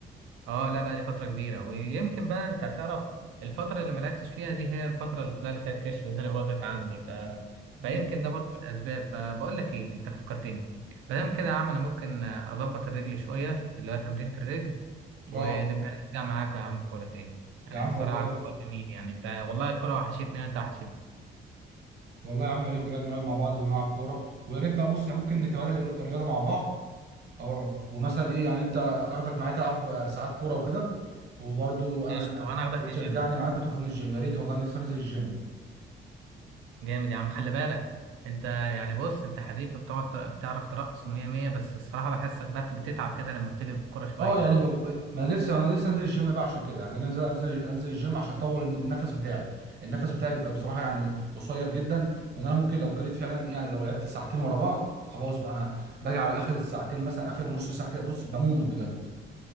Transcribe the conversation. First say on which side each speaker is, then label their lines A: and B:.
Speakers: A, on the right; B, on the right.
A: اه لا بقى لي فترة كبيرة ويمكن بقى انت تعرف الفترة اللي ما لعبتش فيها دي هي الفترة اللي طلع لي فيها الكرش والدنيا باظت عندي ف...
B: امم
A: فيمكن ده برضه من الأسباب فبقول لك ايه انت فكرتني ما دام كده يا عم انا ممكن اظبط الرجل شوية اللي هو تمرينة الرجل ونبقى
B: اه
A: نرجع معاكم يا عم كورة تاني يعني
B: يا عم
A: الصراحة
B: والله يا
A: الحوار
B: ريت
A: جميل يعني انت والله الكورة وحشتني وانت وحشتني
B: والله يا عم يا ريت بجد نقعد مع بعض ونلعب كوره ويا ريت بقى بص يعني ممكن نتبادل الر- الرياضه مع بعض او ومثلا ايه يعني انت اخدك معايا تلعب آه، ساعات كوره وكده وبرضه
A: ايش
B: انا
A: طب انا هاخدك
B: وتشجعني
A: الجيم
B: معاك وتاخدني الجيم يا ريت والله نفسي انزل الجيم
A: جامد يا عم خلي بالك انت يعني بص انت حريف بتقعد بتعرف ترقص ومية مية بس الصراحة بحسك بقى بتتعب كده لما بتيجي بالكورة شوية
B: اه يعني ب... ب... ما انا نفسي انا نفسي انزل الجيم بقى عشان كده يعني انا نفسي انزل انزل الجيم عشان اطول الن- النفس بتاعي النفس بتاعي بيبقى بصراحه يعني قصير جدا وان انا ممكن لو جريت فعلا ايه يعني لو لعبت ساعتين ورا بعض خلاص بقى انا باجي على اخر الساعتين مثلا اخر نص ساعه كده بص بموت بجد